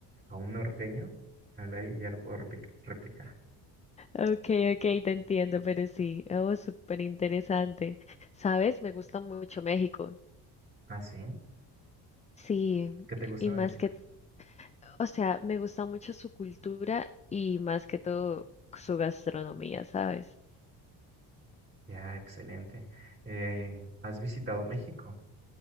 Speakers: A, on the right; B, on the left.
A: a un norteño hablar y ya lo puedo repli- replicar.
B: Okay, okay, te entiendo, pero sí, oh, súper interesante. ¿Sabes? Me gusta mucho México.
A: Ah, sí.
B: Sí,
A: ¿Qué te gusta
B: y
A: de
B: más
A: México?
B: que, o sea, me gusta mucho su cultura y más que todo su gastronomía, ¿sabes?
A: Ya, excelente. Eh, ¿has visitado México?